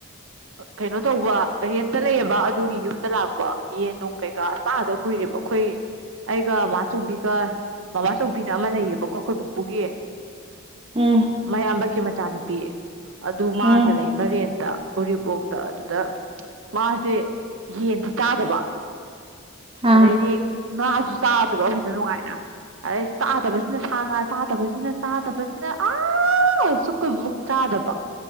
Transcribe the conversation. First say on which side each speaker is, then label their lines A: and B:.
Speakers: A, on the right (about 65°); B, on the right (about 25°).
A: ꯀꯩꯅꯣ ꯇꯧꯕ ꯔꯦꯟꯇ ꯂꯩꯌꯦꯕ ꯑꯗꯨꯒꯤ ꯌꯨꯝꯗ ꯂꯥꯛꯄ ꯌꯦꯟ ꯅꯨꯡ ꯀꯩꯀꯥ ꯆꯥꯗ ꯀꯨꯏꯔꯦꯕ ꯑꯩꯈꯣꯏ ꯑꯩꯒ ꯃꯃꯥꯆꯧꯕꯤꯒ ꯃꯃꯥꯆꯧꯕꯤꯅ ꯑꯃ ꯂꯩꯌꯦꯕꯀꯣ ꯑꯩꯈꯣꯏꯕꯨ ꯄꯨꯒꯤ
B: ꯎꯝ
A: ꯃꯌꯥꯝꯕꯀꯤ ꯃꯆꯥꯅꯨꯄꯤ ꯑꯗꯨ ꯃꯥꯒ
B: ꯎꯝ
A: ꯂꯩꯕ ꯔꯦꯟꯇ ꯎꯔꯤꯄꯣꯛꯇ ꯑꯗꯨꯗ ꯃꯥꯖꯦ ꯌꯦꯟꯖꯦ ꯆꯥꯗꯕ
B: ꯑꯥ
A: ꯑꯗꯩꯗꯤ ꯉꯥꯁꯨ ꯆꯥꯗꯕ ꯐꯖꯅ ꯅꯨꯡꯉꯥꯏꯅ ꯑꯗꯩ ꯆꯥꯗꯕꯁꯤꯅ ꯁꯥ ꯉꯥ ꯆꯗ ꯆꯥꯗꯕꯁꯤꯅ ꯆꯥꯗꯕꯁꯤꯅ ꯑ ꯁꯨꯛ ꯀꯨꯏꯕꯁꯤꯕꯨ ꯆꯥꯗꯕ